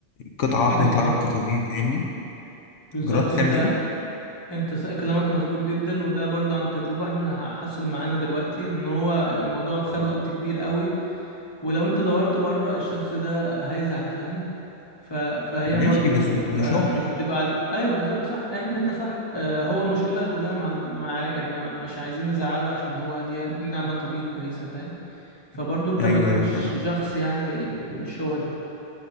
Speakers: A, on the left; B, on the left.
A: قطعه
B: بالظبط
A: واحده يطلع لك قطعتين فاهمني
B: بالظبط
A: جربت
B: انت
A: تعمل كده
B: انت س- كلامك مظبوط جدا وده برضو عن تجربة احنا حصل معانا دلوقتي ان هو الموضوع خد وقت كبير قوي ولو انت دورت بره الشخص ده هيزعل فاهم ف... فهي
A: ماشي
B: برضو
A: بس
B: مش بتبقى
A: ده شغل
B: مش بتبقى على... ايوه بالظبط صح احنا انت صح اه هو المشكلة كلها مع ال- مع يعني ما... مش عايزين نزعله عشان هو ليه... ليه علاقة بيه كويسة فاهم فبرضه انت
A: ايوه
B: ما تكونش
A: ايوه فاهم
B: شخص يعني مش هو ده